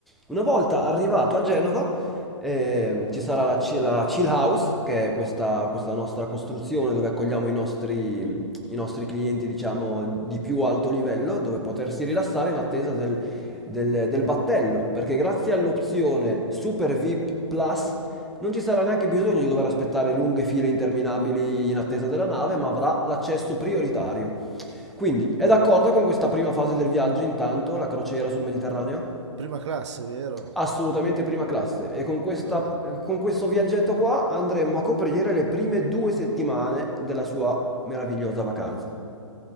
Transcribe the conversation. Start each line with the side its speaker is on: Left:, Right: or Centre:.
Centre: Una volta arrivato a Genova, eh, ci sarà la, chi- la Chill House, che è questa, questa nostra costruzione dove accogliamo i nostri, i nostri clienti, diciamo, di più alto livello, dove potersi rilassare in attesa del, del- del battello, perché grazie all'opzione Super VIP Plus non ci sarà neanche bisogno di dover aspettare lunghe file interminabili in attesa della nave, ma avrà l'accesso prioritario. Quindi, è d'accordo con questa prima fase del viaggio, intanto, la crociera sul Mediterraneo?
Right: prima classe, vero?
Centre: Assolutamente prima classe e con questa-
Right: Ok.
Centre: con questo viaggetto qua andremo a coprire le prime due settimane della sua meravigliosa vacanza.